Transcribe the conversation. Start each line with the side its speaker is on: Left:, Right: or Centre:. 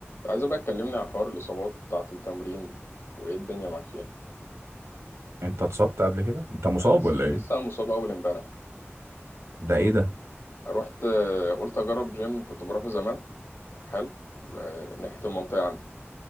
Left: عايز بقى تكلمني عن حوار الإصابات بتاعة التمرين وإيه الدنيا معاك فيها
Right: انت اتصبت قبل كده انت مصاب
Left: أنا لسه
Right: ولا ايه
Left: لسه أنا مصاب أول إمبارح
Right: ده ايه ده
Left: رحت آه، قلت أجرب جيم كنت بروحه زمان حلو آه، ناحية المنطقة عندي